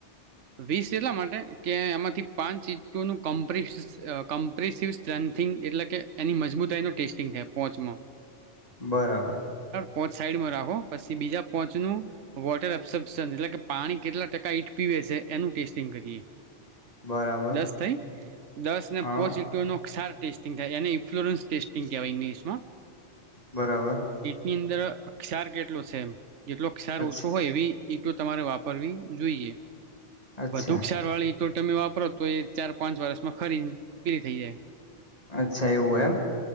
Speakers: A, on the right; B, on the left.
A: વીસ એટલા માટે કે એમાંથી પાંચ ઈંટોનું કમ્પ્.. કમ્પ્રેસિસ્ટન એટલે કે એની મજબૂતાઈનુ ટેસ્ટિંગ થાય. પાંચમાં
B: બરાબર.
A: પાંચ સાઈડમાં રાખો. પછી બીજા પાંચ નું વોટર ઓબ્સપ્શન એટલે કે પાણી કેટલા ટકા ઈંટ પી છે એનું ટેસ્ટિંગ કરીએ.
B: બરાબર
A: દસ થઈ. દસ ને
B: હા
A: પાંચ ઈંટોના ક્ષાર ટેસ્ટિંગ એને ઇન્ફ્લોરન્સ ટેસ્ટિંગ કહેવાય, ઇંગ્લિશમાં
B: બરાબર.
A: ની અંદર ક્ષાર કેટલો છે? એમ જેટલો ક્ષાર
B: અચ્છા
A: ઓછો હોય એવી ઈંટો તમારે વાપરવી જોઈએ.
B: અચ્છા
A: વધુ ક્ષારવાળી તમે વાપરો તો એ ચાર-પાંચ વર્ષમાં ખરીને પેલી થઈ જાય
B: અચ્છા. એવું એમ?